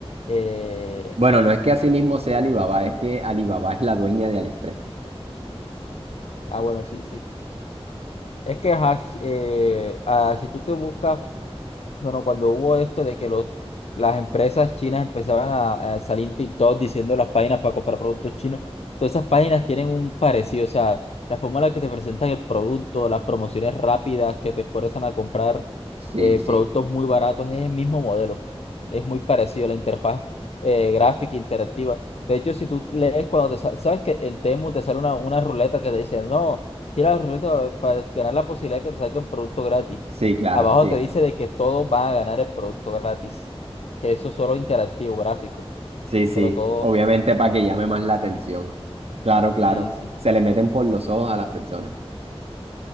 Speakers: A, on the left; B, on the right.
A: eh,
B: Bueno, no es que así mismo sea Alibaba, es que Alibaba es la dueña de AliExpress.
A: ah, bueno, sí, sí. Es que ajá, eh, ah, si tú te buscas Bueno, cuando hubo esto de que los, las empresas chinas empezaban a, a salir en TikTok diciendo las páginas para comprar productos chinos, todas esas páginas tienen un parecido, o sea, la forma en la que te presentan el producto, las promociones rápidas que te fuerzan a comprar
B: Sí,
A: eh,
B: sí.
A: productos muy baratos, es el mismo modelo, es muy parecido la interfaz eh, gráfica interactiva. De hecho, si tú lees cuando te sa- sabes que en Temu te sale una, una ruleta que te dice, no, tira la ruleta para ganar la posibilidad de que te salga un producto gratis.
B: Sí, claro,
A: Abajo
B: sí.
A: te dice de que todos van a ganar el producto gratis, que eso es solo interactivo, gráfico,
B: Sí, sí.
A: pero todo,
B: Obviamente para que llame más la atención. Claro, claro.
A: sí, sí.
B: Se le meten por los ojos a las personas.